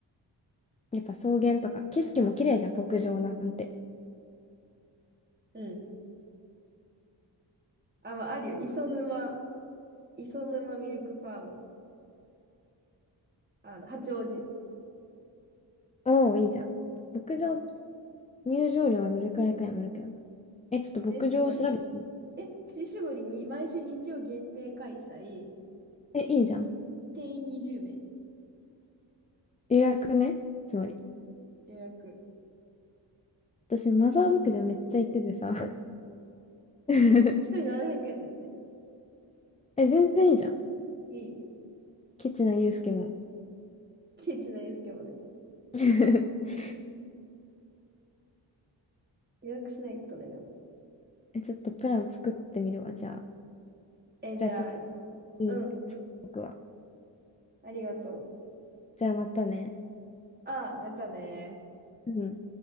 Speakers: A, on the left; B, on the right.
A: やっぱ草原とか、景色も綺麗じゃん、牧場なんて。
B: うん。あ、まあ、あるよ。磯沼、磯沼ミルクファーム。あの、八王子。
A: おお、いいじゃん。牧場、入場料はどれくらいかにもよるけどな。え、ちょっと牧場を調べてみて。
B: 乳搾り。え、乳搾りに、毎週日曜限定開催。
A: え、いいじゃん。
B: 定員20名。
A: 予約ね。つまり。
B: 予約。
A: 私、マザー牧場めっちゃ行っててさ。<laughs>
B: 一人700円ですね。
A: え、全然いいじゃん。
B: いい。
A: ケチなユうスケも。
B: ケチなですけどね。
A: <laughs>
B: 予約しないとね、でも。
A: え、ちょっとプラン作ってみるわ。じゃあ、
B: え、
A: じゃあちょっと、
B: じゃあ、
A: うん、
B: うん。
A: 僕は
B: ありがと
A: じゃあまたね。
B: う。ああ、またね
A: うん。